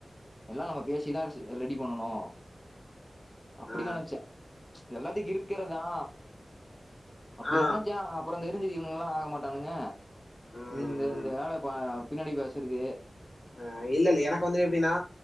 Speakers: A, on the left; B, on the left.
A: எல்லா நம்ம பேசிதா ஸ் ரெடி பண்ணணூ அப்டி
B: ஆ
A: நெனைச்சே எல்லாத்துக் இருக்கிறதா அப்டி
B: ஆ
A: நெனச்சே அப்றோ தெரிஞ்சுது இவனுங்கல்லா ஆகமாட்டானுங்க
B: ம்
A: இந்த இந்த வேல பா பின்னாடி பேசுறது
B: ஆ இல்ல்ல எனக்கு வந்து எப்டின்னா